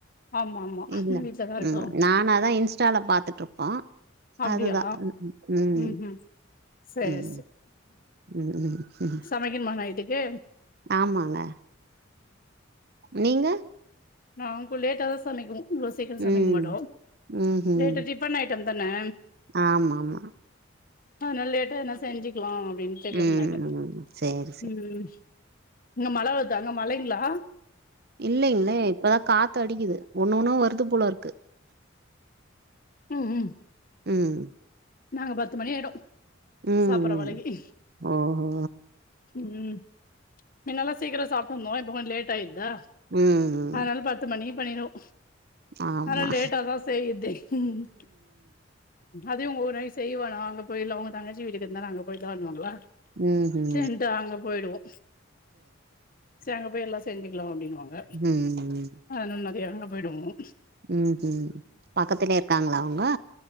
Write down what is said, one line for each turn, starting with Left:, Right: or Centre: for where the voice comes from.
Left: ஆமா ஆமா
Right: இல்ல
Left: வீட்லதா இருக்கோ.
Right: ம் நானாதா இன்ஸ்டால பாத்துட்ருப்போ அதுதா
Left: அப்டியா?
Right: ம் ம்
Left: ம்ஹ்ம்.
Right: ஹும் ம்
Left: சேரி
Right: ம் ம் ம் ம்
Left: மகிமா நைட்டுக்கு
Right: ஆமாங்க நீங்க
Left: நாங்குள் லேட்டா தா சமைக்கனு இவ்ளோ சீக்கிரோ சமைக்க
Right: ம்
Left: மாட்டோ
Right: ம்ஹும்
Left: லேட்டா ரிபன் ஐட்டம் தான
Right: ஆமா ஆமா
Left: அதுனால லேட்டா எதனா செஞ்சுக்லா அப்டின்டு சேர்
Right: ம்
Left: கம்முன்னாயிட்டே
Right: ம் சேரி சேரி
Left: ம் இங்க மழ வருது அங்க மழைங்ளா
Right: இல்லைங்ளே இப்பதா காத்து அடிக்குது ஒன்னு ஒன்னா வருது போல இருக்கு
Left: ம் ஹும்
Right: ம்
Left: நாங்க பத்து மணி ஆயிடு
Right: ம்
Left: சாப்புற வரைக்கி
Right: ம். ஓஹோ
Left: ம் மின்னெல்லா சீக்கரோ சாப்ட்ருந்தோ இப்ப கொஞ்ச லேட்டாயிற்தா
Right: ம் ம்
Left: அதுனால பத்து மணிக்கு பண்ணிருவோ
Right: ஆமா
Left: அதுனால லேட்டாதா செய்றதே ம் ம் அதையு இவுங்க ஒரு நாளைக்கி செய்வோனா அங்க போய் இல்ல அவுங்க தங்கச்சி வீடு இருக்குதுனால அங்க போய் தான் பண்ணுவாங்களா
Right: ம் ஹும்
Left: செரிண்டு அங்க போயிடுவோ சேர் அங்க போய் எல்லா செஞ்சுக்கலா அப்டின்னுவாங்க
Right: ம்
Left: அதுனால நெறையா அங்க போய்டுவோ
Right: ம் ம் பக்கத்துலே இருக்காங்களா அவுங்க